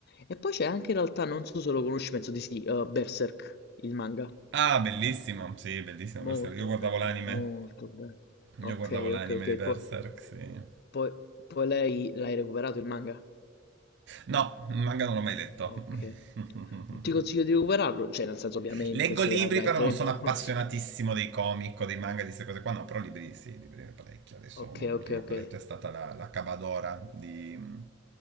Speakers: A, on the left; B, on the right.
A: E poi c'è anche in realtà, non so se lo conosci, penso di sì, eh, Berserk, il manga.
B: Ah, bellissimo. Sì, bellissimo
A: Molto
B: Berserk. Io guardavo
A: bello,
B: l'anime.
A: molto bello. Ok,
B: Io guardavo l'anime
A: ok, ok.
B: di Berserk,
A: po-
B: sì.
A: poi, poi lei l'hai recuperato il manga?
B: No, il manga non l'ho mai letto.
A: Ok.
B: <laughs>
A: Ti consiglio di recuperarlo, cioè nel senso ovviamente
B: Leggo
A: se
B: libri,
A: avrai
B: però
A: tempo.
B: non sono appassionatissimo
A: <laughs>
B: dei comic o dei manga, di queste cose qua. No, però libri sì, libri ne parecchio. Adesso
A: Ok,
B: uno, l'ultimo
A: ok, ok.
B: che ho letto è stata la, la Cabadora di...